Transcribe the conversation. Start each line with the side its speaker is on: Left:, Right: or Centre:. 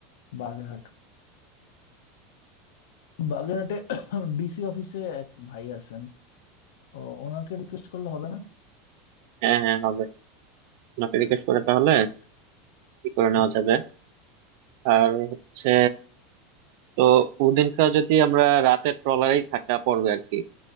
Left: বাগেরহাট বাগেরহাটে ডিসি অফিসে এক ভাই আছেন ও ওনাকে রিকোয়েস্ট করলে হবে না
Right: হ্যাঁ হ্যাঁ হবে আপনাকে জিজ্ঞেস করে তাহলে
Left: আচ্ছা আচ্ছা
Right: কি করে
Left: হুম
Right: নেওয়া যাবে আর হচ্ছে তো ওদিনকার যদি আমরা রাতে ট্রলারেই থাকা পড়বে আর কি